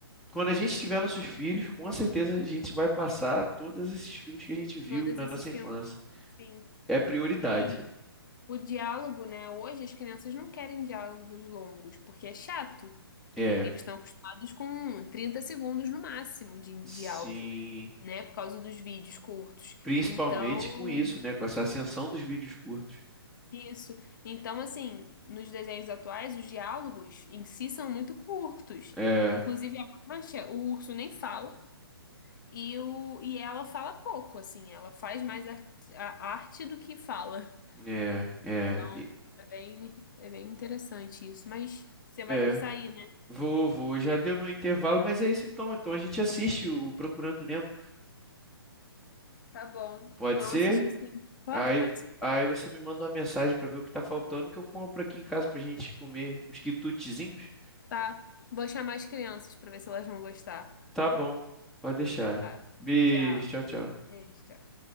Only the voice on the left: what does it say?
Todos
esses
filmes.
Sim.
E o diálogo, né? Hoje as crianças não querem diálogos longos, porque é chato.
Eles estão acostumados com 30 segundos no máximo de,
de áudio, né? Por causa dos vídeos curtos.
Então,
isso. Então, assim, nos desenhos atuais, os diálogos em si são muito curtos.
Inclusive, a Mancha, o urso nem fala. E, o, e ela fala pouco, assim, ela faz mais a, a arte do que fala.
Então,
é bem, é bem interessante isso. Mas você vai
ter que sair, né?
Tá bom.
Vamos
assistir sim. Pode,
pode sim.
Tá. Vou chamar as crianças para ver se elas vão gostar.
Tá.
Tchau.
Beijo, tchau.